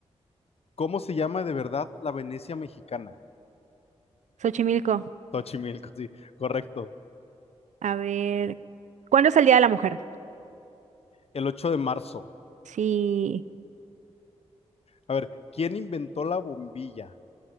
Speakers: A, on the left (about 55°); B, on the right (about 80°).
A: ¿Cómo se llama de verdad la Venecia mexicana?
B: Xochimilco.
A: Xochimilco, sí, correcto.
B: A ver, ¿cuándo es el Día de la Mujer?
A: El 8 de marzo.
B: Sí,
A: A ver, ¿quién inventó la bombilla?